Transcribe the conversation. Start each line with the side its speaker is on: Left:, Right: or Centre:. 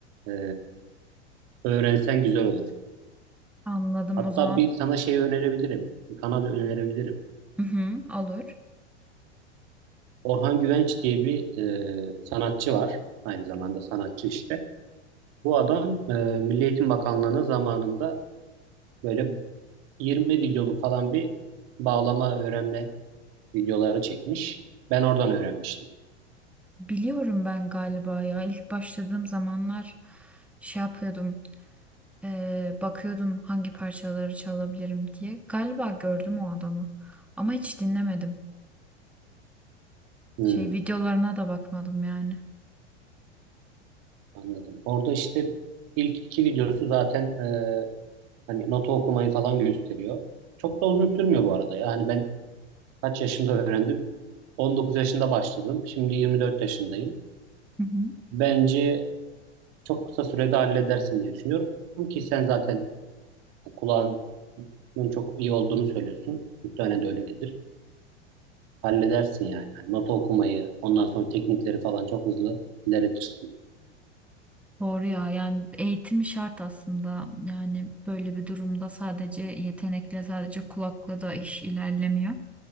Right: e, öğrensen güzel olur.
Centre: Anladım
Right: Hatta
Centre: o zaman.
Right: bir sana şey önerebilirim. Bir kanal önerebilirim.
Centre: Hı hı, olur.
Right: Orhan Güvenç diye bir e, sanatçı var. Aynı zamanda sanatçı işte. Bu adam e, Milli Eğitim Bakanlığı'na zamanında böyle 20 videoluk falan bir bağlama öğrenme videoları çekmiş. Ben oradan öğrenmiştim.
Centre: Biliyorum ben galiba ya ilk başladığım zamanlar şey yapıyordum eee, bakıyordum hangi parçaları çalabilirim diye galiba gördüm o adamı ama hiç dinlemedim
Right: Hmm,
Centre: şey videolarına da bakmadım yani.
Right: anladım. Orada işte ilk iki videosu zaten e, hani nota okumayı falan gösteriyor. Çok da uzun sürmüyor bu arada. Yani ben kaç yaşında öğrendim? 19 yaşında başladım. Şimdi 24 yaşındayım.
Centre: Hı hı.
Right: Bence çok kısa sürede halledersin diye düşünüyorum ki sen zaten kulağının çok iyi olduğunu söylüyorsun. Muhtemelen de öyledir. Halledersin yani. Yani nota okumayı, ondan sonra teknikleri falan çok hızlı ilerletirsin.
Centre: Doğru ya yani eğitim şart aslında yani böyle bir durumda sadece yetenekle sadece kulakla da iş ilerlemiyor.